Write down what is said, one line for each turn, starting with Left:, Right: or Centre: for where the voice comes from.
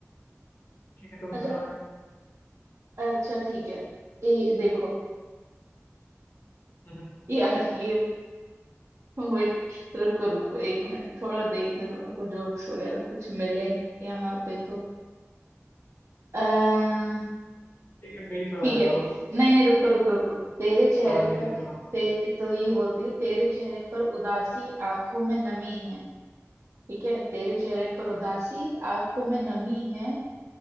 Left: ठीक है तुम
Right: अच्छा
Left: सुनाओ एक।
Right: अच्छा ठीक है ये देखो
Left: हम्म,
Right: यार ये <laughs> वेट रुको रुको एक मिनट थोड़ा देखने दो मेरे को जोक्स वगैरह कुछ मिले यहाँ पे तो अः
Left: ठीक है मैं ही सुना
Right: ठीक
Left: देता
Right: है
Left: हूँ
Right: नहीं नहीं रुको रुको रुको तेरे चेहरे
Left: हाँ ठीक
Right: पर
Left: है सुनो
Right: ते, तो ये बोलती है तेरे चेहरे पर उदासी आंखों में नमी है ठीक है तेरे चेहरे पर उदासी आंखों में नमी है